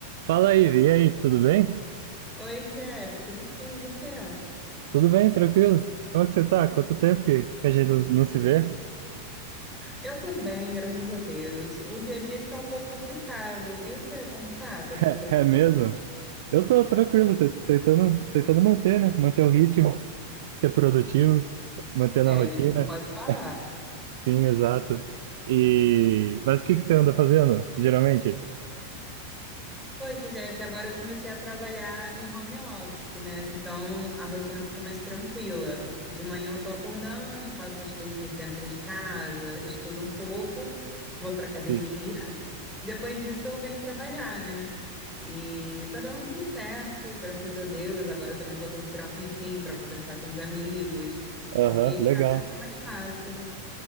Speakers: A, on the right; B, in the centre.
A: Fala aí, Vi. e aí, tudo bem?
B: Oi, Jeff, tudo sim, e você?
A: Tudo bem, tranquilo? Como é que você tá? Quanto tempo que, que a gente não, não se vê?
B: Eu tô bem, graças a Deus. O dia a dia que tá um pouco complicado. E o seu, como que tá? Tá
A: <laughs>
B: tudo tranquilo?
A: É, mesmo? Eu tô tranquilo, te- tentando, tentando manter, né? Manter o ritmo, ser produtivo, mantendo
B: É,
A: a rotina.
B: a gente não pode parar.
A: <laughs> Sim, exato. E mas o que que você anda fazendo, geralmente?
B: Poxa, Jeff, agora eu comecei a trabalhar em home office, né? Então a rotina ficou mais tranquila. De manhã eu tô acordando, faço as coisinhas dentro de casa, estudo um pouco, vou pra academia.
A: Sim.
B: Depois disso eu venho trabalhar, né? E tá dando tudo certo, graças a Deus. Agora eu também consigo tirar um tempinho para conversar com os amigos,
A: Aham,
B: porque em
A: legal.
B: casa fica mais fácil.